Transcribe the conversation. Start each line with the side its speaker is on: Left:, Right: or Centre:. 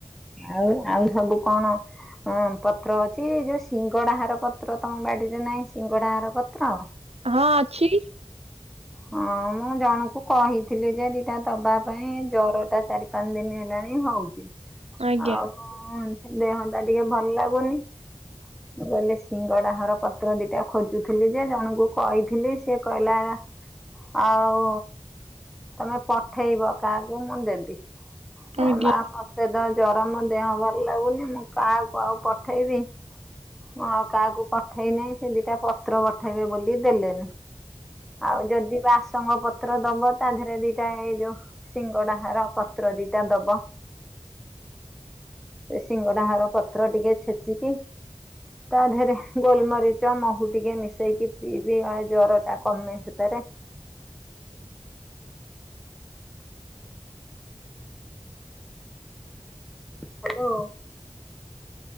Centre: ଆଉ ଆଉ ସବୁ କଣ? ହଁ ପତ୍ର ଅଛି। ଯୋଉ ସିଙ୍ଗଡାହାର ପତ୍ର ତମ ବାଡିରେ ନାହିଁ ସିଙ୍ଗଡାହାର ପତ୍ର?
Right: ହଁ ଅଛି
Centre: ହଁ ମୁଁ ଜଣଙ୍କୁ କହିଥିଲି ଯେ ଦିଟା ଦବା ପାଇଁ ଜ୍ଵର ଟା ଚାରି ପାଞ୍ଚ ଦିନ ହେଲାଣି। ହଉଛି
Right: ଆଜ୍ଞା
Centre: ଆଉ ଦେହ ଟା ଟିକେ ଭଲ ଲାଗୁନି ମୁଁ କହିଲି ସିଙ୍ଗଡାହର ପତ୍ର ଦିଟା ଖୋଜୁଥିଲି ଯେ ଜଣଙ୍କୁ କହିଥିଲି ସେଏ କହିଲା ଆଉ କଣ ପଠେଇବ କାହାକୁ ମୁଁ ଦେବି।
Right: ଆଜ୍ଞା
Centre: ଆ ମା ସେ ଦହ ଜର ମୋ ଦେହ ଭଲ ଲାଗୁନି ମୁଁ କାହାକୁ ଆଉ ପଠେଇବି। ମୁଁ ଆଉ କାହାକୁ ପଠେଇ ନାହି ସେ ଦିଟା ପତ୍ର ପଠେଇବେ ବୋଲି ଦେଲେନି। ଆଉ ଯଦି ବାସଙ୍ଗ ପ ପତ୍ର ଦବ ତା ଦେହରେ ଦିଟା ଏଇ ଯୋଉ ସିଙ୍ଗଡା ହାର ପତ୍ର ଦିଟା ଦବ। ସେ ସିଙ୍ଗଡା ହର ପତ୍ର ଟିକେ ଛେଚିକି ତା ଦେହରେ ଗୋଲମରିଚ ମହୁ ଟିକେ ମିଶେଇକି ପିଇବି ଜର ଟା କମେ ସେଥିରେ ହ
Right: ଆ
Centre: ହ୍ୟାଲୋ।